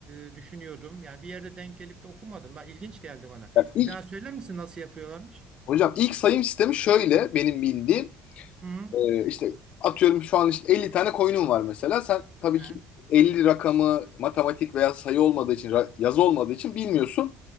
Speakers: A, on the right; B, on the left.
A: e, düşünüyordum. Yani bir yerde denk gelip de okumadım. Bak ilginç geldi bana.
B: yani ilk,
A: Bir daha söyler misin nasıl yapıyorlarmış?
B: hocam ilk sayım sistemi şöyle benim bildiğim.
A: Hı hı.
B: Ee, işte atıyorum şu an işte 50 tane coin'um var mesela. Sen tabii
A: He.
B: ki 50 rakamı matematik veya sayı olmadığı için, ra- yazı olmadığı için bilmiyorsun.